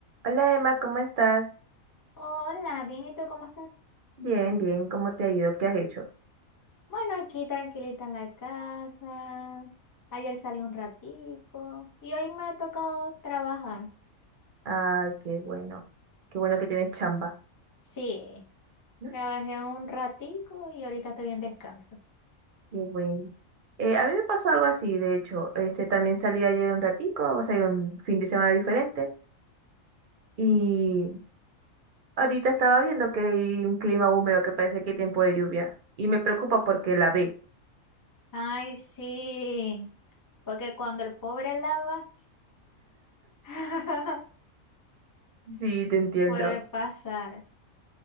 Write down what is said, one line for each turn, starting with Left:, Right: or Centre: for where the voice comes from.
Right: Hola Emma, ¿cómo estás?
Left: Hola, bien, ¿y tú cómo estás?
Right: Bien, bien, ¿cómo te ha ido? ¿Qué has hecho?
Left: Bueno, aquí tranquilita en la casa. Ayer salí un ratico y hoy me ha tocado trabajar.
Right: Ay, qué bueno, qué bueno que tienes chamba.
Left: Sí,
Right: ¿Mm?
Left: trabajé un ratico y ahorita estoy en descanso.
Right: Qué bueno. Eh, a mí me pasó algo así, de hecho, este también salí ayer un ratico, o sea, un fin de semana diferente, y ahorita estaba viendo que hay un clima húmedo que parece que hay tiempo de lluvia, y me preocupa porque la ve.
Left: Ay, sí, porque cuando el pobre lava, <laughs>
Right: Sí, te entiendo,
Left: puede pasar.